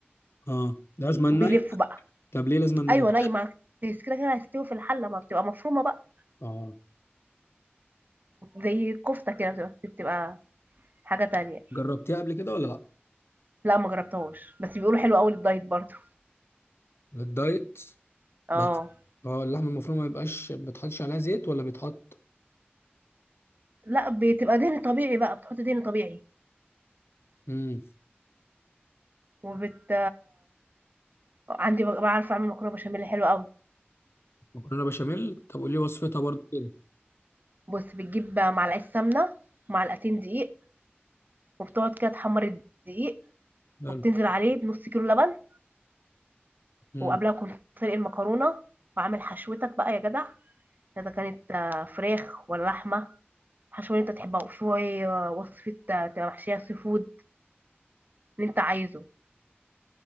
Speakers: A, on the left; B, on the right.
A: اه ده لازم ناي
B: وبيلفوا بقى
A: طب ليه لازم ناي؟
B: ايوه نايمه بس كده كده هيستوي في الحله ما بتبقى مفرومه بقى
A: اه
B: زي الكفته كده بتبقى بتبقى حاجه تانية
A: جربتيها قبل كده ولا لا
B: لا ما جربتهاش بس بيقولوا حلو قوي للدايت برضو
A: للدايت
B: اه
A: بس اه اللحمه المفرومه ما يبقاش ما بيتحطش عليها زيت ولا بيتحط
B: لا بتبقى دهن طبيعي بقى بتحط دهن طبيعي
A: امم
B: وبت عندي ب- بعرف اعمل مكرونه بشاميل حلو قوي
A: مكرونه بشاميل طب قولي لي وصفتها برضو كده
B: بص بتجيب معلقه سمنه معلقتين دقيق وبتقعد كده تحمر الدقيق
A: حلو.
B: وبتنزل عليه بنص كيلو لبن
A: امم
B: وقبلها كنت سلق المكرونه وعامل حشوتك بقى يا جدع اذا كانت آه، فراخ ولا لحمه حشوة اللي انت تحبها وشوية وصفة تبقى محشية سي فود اللي انت عايزه